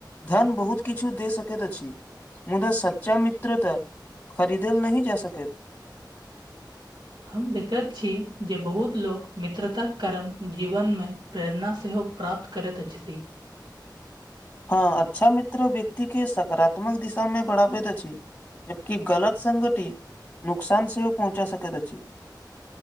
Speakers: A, on the left; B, on the right.
A: धन बहुत किछु दे सकैत अछि, मुदा सच्चा मित्र तऽ खरीदल नहि जा सकैत।
B: हम देखैत छी जे बहुत लोक मित्रताक कारण जीवनमे प्रेरणा सेहो प्राप्त करैत अछिथि।
A: हँ अच्छा मित्र व्यक्तिके सकारात्मक दिशामे बढ़ाबैत अछि। जबकि गलत संगति नुकसान सेहो पहुँचा सकैत अछि।